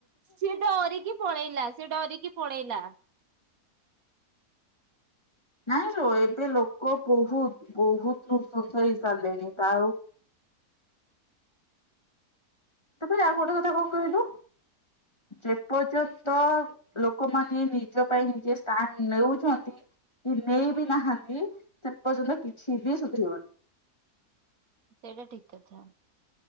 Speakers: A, on the right; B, on the left.
A: ସି ଡରିକି ପଳେଇଲା ସେ ଡରିକି ପଳେଇଲା।
B: ନାଇଁ ରୋ ଏବେ ଲୋକ ବହୁତ ବହୁତ ସୁସ ହେଇ ସାରିଲେଣି ତା ଆଉ ତପରେ ଆଉ ଗୋଟେ କଥା କଣ କହିଲୁ ଯେପର୍ଯ୍ୟନ୍ତ ଲୋକମାନେ ନିଜ ପାଇଁ ନିଜେ ଥଣ୍ଡ ନେଉଛନ୍ତି। କି ନେଇ ବି ନାହାନ୍ତି ସେ ପର୍ଯ୍ୟନ୍ତ କିଛି ବି ସୁଧରିବନି।
A: ସେଇଟା ଠିକ କଥା।